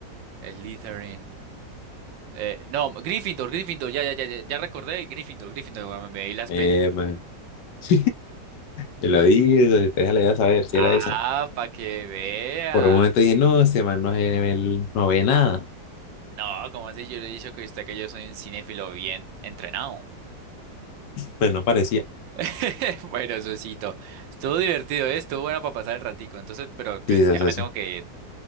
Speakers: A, on the right; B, on the left.
A: El Slytherin. Eh, no, Gryffindor, Gryffindor, ya, ya, ya, ya ya recordé, Gryffindor, Gryffindor, cuando me vi las
B: Eh,
A: pelis.
B: man. <laughs> Te lo dije, socio, usted ya le iba a saber si
A: Ah,
B: era esa.
A: para que vea.
B: Por un momento dije, no, este man no, se- él no ve nada.
A: No, como así, yo le he dicho que usted que yo soy un cinéfilo bien entrenado.
B: Pues no parecía.
A: <laughs> Bueno, Susito, estuvo divertido, ¿eh? Estuvo bueno para pasar el ratico, entonces, pero pues
B: Sí,
A: ya
B: socio.
A: me tengo que ir.